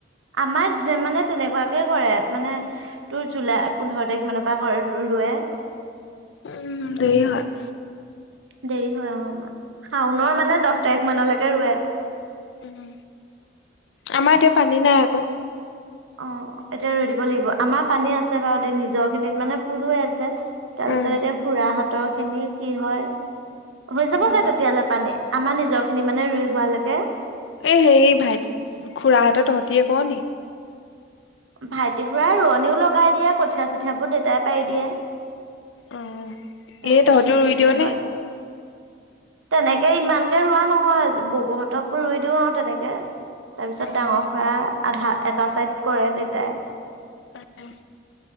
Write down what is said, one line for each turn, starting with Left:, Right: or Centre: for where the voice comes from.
Right: আমাৰ মানে তেনেকুৱাকে কৰে মানে তোৰ জুলাই পোন্ধৰ তাৰিখ মানৰ <unintelligible> কৰে ৰোৱে
Left: উম দেৰি হয়।
Right: <inaudible> দেৰি হয় অ আমাৰ শাওনৰ মানে দহ তাৰিখ মানলৈকে ৰোৱে।
Left: উ আমাৰ এতিয়া পানী নাই আকৌ।
Right: অ এতিয়া ৰৈ দিব লাগিব আমাৰ পানী আছে বাৰু দে নিজৰ খিনিত মানে। ফুল হৈ আছে তাৰ
Left: উম।
Right: পিছত এতিয়া খুৰাহঁতৰ খিনি কি হয়। হৈ যাবগে
Left: উম।
Right: তেতিয়ালৈ পানী আমাৰ নিজৰ খিনি মানে ৰুই হোৱালৈকে
Left: এ হে ভাইটি খুৰা হঁতৰ তহঁতিয়ে কও নি
Right: ভাইটি খুৰা ৰোৱনীও লগাই দিয়ে কঠীয়া চঠিয়াবোৰ দেতাই পাৰি দিয়ে।
Left: অ'।
Right: তাৰপিছত
Left: এই তহঁতিও ৰুই দিয়
Right: এবাৰ
Left: নে?
Right: তেনেকে ইমানকে ৰোৱা নহয় ববুহঁতক ৰুই দিও আৰু তেনেকে তাৰ পিছত
Left: উম,
Right: ডাঙৰ খুৰা আধা এটা চাইড কৰে দেউতাই।
Left: অ